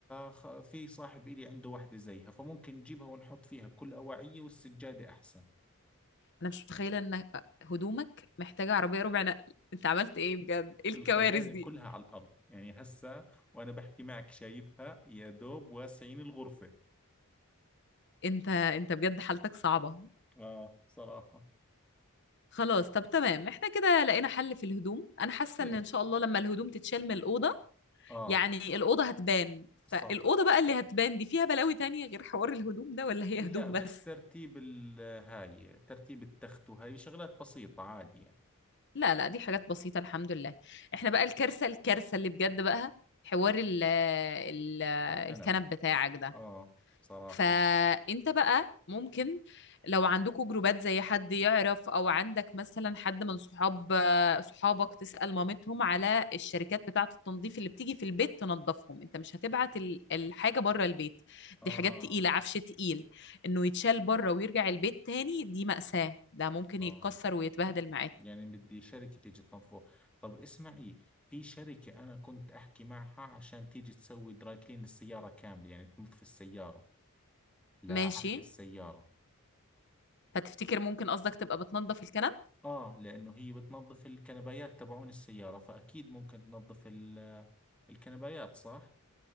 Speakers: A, in the centre; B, on the left.
A: ففي صاحب إلي عنده واحدة زيها فممكن نجيبها ونحط فيها كل أواعية والسجادة أحسن
B: انا مش متخيله ان هدومك محتاجه عربيه ربع نقل انت عملت ايه بجد ايه الكوارث
A: الخزانة
B: دي
A: كلها على الأرض يعني هسا وأنا بحكي معك شايفها يا دوب واسعين الغرفة
B: انت انت بجد حالتك صعبه
A: آه صراحة
B: خلاص طب تمام احنا كده لقينا حل في الهدوم انا حاسه
A: حلو
B: ان ان شاء الله لما الهدوم تتشال من الاوضه
A: آه
B: يعني الاوضه هتبان
A: صح
B: فالاوضه بقى اللي هتبان دي فيها بلاوي تانية غير حوار الهدوم ده ولا هي
A: لا
B: هدوم
A: بس
B: بس
A: ترتيب ال- هاي ترتيب التخت وهاي شغلات بسيطة عادي يعني
B: لا لا دي حاجات بسيطة الحمد لله احنا بقى الكارثة الكارثة اللي بجد بقى حوار ال ال
A: كنب
B: الكنب بتاعك ده
A: آه صراحة
B: فانت بقى ممكن لو عندكوا جروبات زي حد يعرف او عندك مثلا حد من صحاب صحابك تسأل مامتهم على الشركات بتاعة التنظيف اللي بتيجي في البيت تنظفهم انت مش هتبعت ال- الحاجة بره البيت
A: آه
B: دي حاجات تقيلة عفش تقيل انه يتشال بره ويرجع البيت تاني دي مأساة ده ممكن
A: آه
B: يتكسر ويتبهدل معاك
A: يعني بدي شركة تيجي تنظفه طب اسمعي في شركة أنا كنت أحكي معها عشان تيجي تسوي دراي كلين للسيارة كاملة يعني تنظف السيارة لعفش
B: ماشي
A: السيارة
B: فتفتكر ممكن قصدك تبقى بتنظف الكنب
A: آه لأنه هي بتنظف الكنبايات تبعون السيارة فأكيد ممكن تنظف ال- الكنبايات صح؟